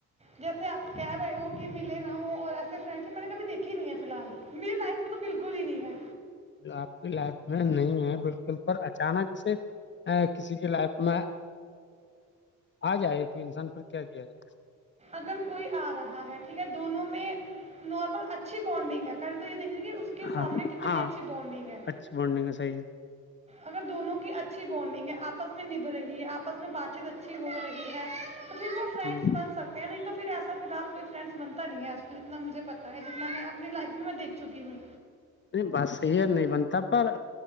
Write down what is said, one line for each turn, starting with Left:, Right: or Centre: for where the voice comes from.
Right: جیسے آپ کہہ رہے ہو کہ ملے نہ ہو اور ایسے اس فریڈ شپ میں نے کبھییکھی نہیں ہے فی الال میری لائف میں تو بالکل ہی نہیں ہے
Left: آپ کی لائف نہیں ہے بالکل پر اچانک سے کسی کی لائف میں آ جائے کوئی انسان پر کیا کیا جائے
Right: اگر کوئی آ رہا ہے ٹھیک ہے دونوں میں نارمل اچھی بانڈنگ ہے پہلے تو یہ دیکھجیے کہ اس کے سامنے
Left: ہاں
Right: کتنی
Left: ہاں
Right: اچھی بانڈنگ ہے
Left: اچھی بانڈنگ ہے صحیح
Right: اگر دونوں کی اچھی بانڈنگ ہے آپس میں نبھ رہی ہے آپس میں بات چیت اچھی ہو رہی ہے تو پھر وہ
Left: ہے
Right: فرینڈس
Left: ہ
Right: بن سکتے ہیں نہیں تو پھر ایسا فی الحال کوئی فرینڈس بنتا نہیں آج کل جتنا مجھے پتا ہے جتنا میں اپنی لائف میں دیکھ چکی ہوں
Left: نہیں بس صحیح ہے نہیں بنتا پر